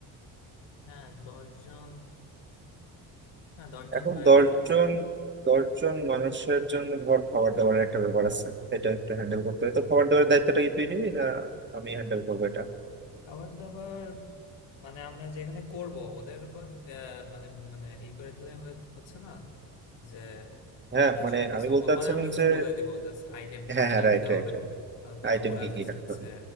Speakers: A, on the left; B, on the right.
A: হ্যাঁ দশ জন হ্যাঁ দশ জন
B: এখন
A: হয়ে
B: দশ
A: যাবে
B: জন দশ জন মানুষের জন্য ধর খাবার দাবারের একটা ব্যাপার আছে এটা একটু হ্যান্ডেল করতে হবে তো খাবার দাবারের দায়িত্বটা কি তুই নিবি না আমি হ্যান্ডেল করবো এটা
A: খাবার দাবার মানে আমরা যেখানে করব ওদের উপর আহ, মানে মানে ই করে দিলে হয়ে- হচ্ছে না যে
B: হ্যাঁ
A: ওরা
B: মানে
A: সবকিছু
B: আমি বলতে
A: ব-
B: চাচ্ছিলাম
A: মানে আমরা জাস্ট
B: যে
A: বলে দিব জাস্ট আইটেম কি
B: হ্যাঁ
A: কি
B: হ্যাঁ
A: রাখতে
B: রাইট রাইট
A: হবে তারপরে
B: আইটেম
A: ওরা
B: কি
A: জাস্ট
B: কি রাখতে
A: হচ্ছে
B: হবে